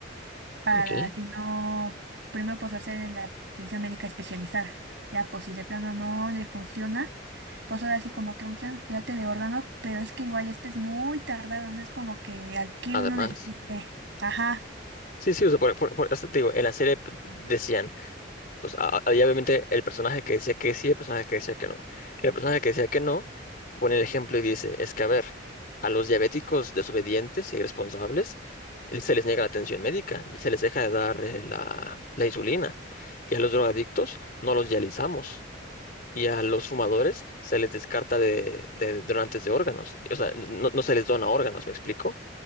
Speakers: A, on the right; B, on the left.
A: para
B: ok.
A: si no, primero pues hacer la atención médica especializada. Ya, pues si de plano no le funciona, pues ahora sí como que un trasplante de órgano, pero es que igual este es muy tardado, no es como que aquí
B: Además.
A: uno necesite. Ajá.
B: Sí, sí, o sea, por, por- por- o sea, te digo, en la serie p- decían, Pues ha- había obviamente el personaje que decía que sí, el personaje que decía que no. El personaje que decía que no pone el ejemplo y dice, es que a ver, a los diabéticos desobedientes y irresponsables él- se les niega la atención médica, se les deja de dar eh, la, la insulina. Y a los drogadictos no los dializamos. Y a los fumadores se les descarta de, de donantes de órganos. O sea, no, no se les dona órganos, ¿me explico?